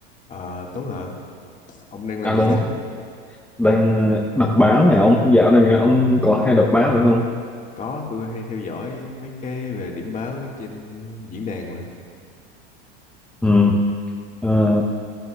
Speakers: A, on the left (about 25°); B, in the centre.
A: Ờ, Tuấn hả? Ông đang làm
B: Alo,
A: gì á?
B: đang ờ, đọc báo nè ông. Dạo này ông có hay đọc báo nữa không?
A: Có, tôi hay theo dõi mấy cái về điểm báo trên diễn đàn mà.
B: Ừ. Ờ,